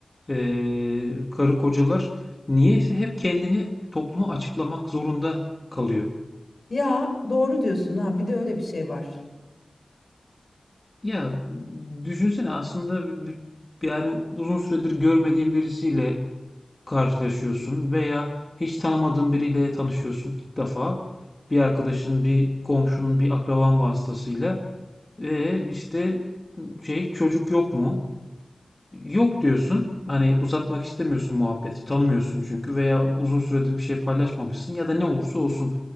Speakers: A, on the left; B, on the left.
A: ee, karı kocalar niyeyse hep kendini topluma açıklamak zorunda kalıyor.
B: Ya doğru diyorsun ha. Bir de öyle bir şey var.
A: Ya düşünsene aslında bir- bir- yani uzun süredir görmediğin birisiyle karşılaşıyorsun veya hiç tanımadığın biriyle tanışıyorsun ilk defa. Bir arkadaşın, bir komşunun, bir akraban vasıtasıyla ve işte şey çocuk yok mu? Yok diyorsun. Hani uzatmak istemiyorsun muhabbeti. Tanımıyorsun çünkü veya uzun süredir bir şey paylaşmamışsın ya da ne olursa olsun.